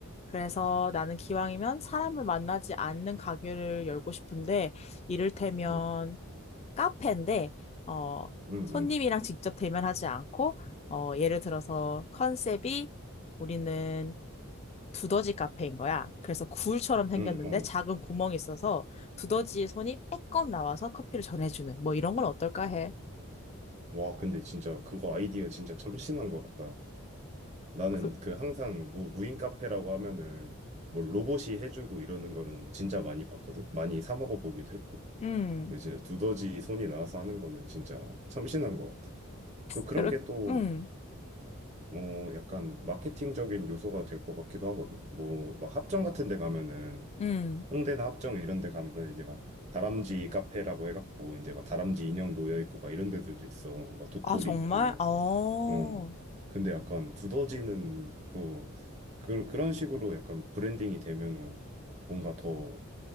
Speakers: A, on the left; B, on the right.
A: 그래서 나는 기왕이면 사람을 만나지 않는 가게를 열고 싶은데, 이를테면
B: 음,
A: 카페인데, 어,
B: 음,
A: 손님이랑 직접 대면하지 않고, 어, 예를 들어서 컨셉이 우리는 두더지 카페인 거야. 그래서 굴처럼 생겼는데
B: 음, 음, 어.
A: 작은 구멍이 있어서 두더지의 손이 빼꼼 나와서 커피를 전해주는, 뭐 이런 건 어떨까 해.
B: 와, 근데 진짜 그거 아이디어 진짜 참신한 것 같다. 나는
A: 그,
B: 그 항상 무, 무인 카페라고 하면은 뭐 로봇이 해주고 이러는 거는 진짜 많이 봤거든. 많이 사 먹어 보기도 했고.
A: 음,
B: 근데 진짜 두더지 손이 나와서 하는 거는 진짜 참신한 것 같아. 또 그런
A: 그렇,
B: 게 또,
A: 음,
B: 어, 약간 마케팅적인 요소가 될 것 같기도 하거든. 뭐, 막 합정 같은 데 가면은
A: 음.
B: 홍대나 합정 이런 데 가면 이제 막 다람쥐 카페라고 해갖고 이제 막 다람쥐 인형 놓여 있고 막 이런 데들도 있어. 막 도토리
A: 아, 정말?
B: 있고.
A: 어,
B: 어. 근데 약간 두더지는 또 그, 그런 식으로 약간 브랜딩이 되면은 뭔가 더